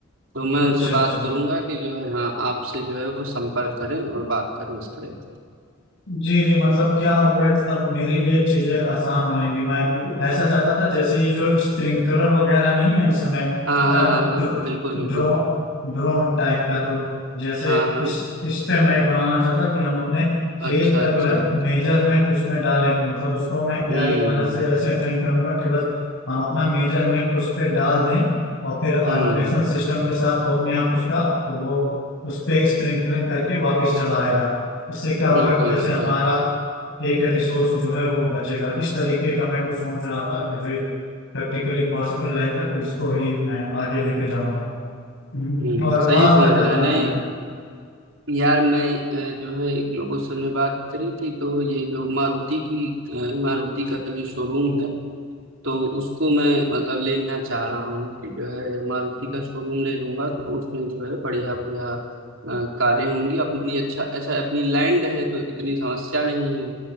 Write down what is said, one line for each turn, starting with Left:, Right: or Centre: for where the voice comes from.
Right: तो मैं
Left: अच्छा
Right: उनसे बात
Left: अच्छा
Right: करूंगा कि जो है हाँ आपसे जो है वो संपर्क करें और बात करें इस तरह
Left: जी जी मतलब क्या होगा कि तब मेरे लिए चीजें आसान हो जाएंगी मैं ऐसा चाहता था जैसे ये जो स्प्रिंकलर वगैरह नहीं है इस समय
Right: हाँ
Left: अ,
Right: हाँ हाँ
Left: ड्रो,
Right: हाँ बिल्कुल बिल्कुल
Left: ड्रो, ड्रोन टाइप का तो जैसे
Right: हाँ हाँ
Left: इस इस पे मैं एक बनाना चाहता कि हम अपने खेत
Right: अच्छा
Left: का
Right: अच्छा
Left: जो है मेजरमेंट उसमें डालें तो मतलब उसको मैं एआई
Right: हम्म
Left: की मदद से ऐसे ट्रेन करूंगा कि बस हम अपना मेजरमेंट उस पे डाल दें और फिर ऑटोमेशन
Right: हम्म
Left: सिस्टम के साथ वो अपने आप उसका वो उस पे स्प्रिंकलिंग करके वापस चला आएगा उससे क्या होगा
Right: बिल्कुल
Left: कि जैसे
Right: बिल्कुल
Left: हमारा एक रिसोर्स जो है वो बचेगा इस तरीके का मैं कुछ सोच रहा था कि जो प्रैक्टिकली पॉसिबल रहेगा तो इसको ही मैं आगे लेके जाऊंगा हम्म,
Right: हम्म
Left: और
Right: सही
Left: आपका
Right: सोच
Left: क्या
Right: रहे
Left: प्लानिंग
Right: हैं नहीं
Left: है
Right: यार मैं अ, जो है एक लोगों से हमने बात करी थी तो ये जो मारुति की अ, मारुति का जो शोरूम है तो उसको मैं मतलब लेना चाह रहा हूँ कि जो है मारुति का शोरूम ले लूंगा तो उसमें जो है बढ़िया बढ़िया अ, कारें होंगी अपनी अच्छा अच्छा अपनी लैंड है तो इतनी समस्या नहीं है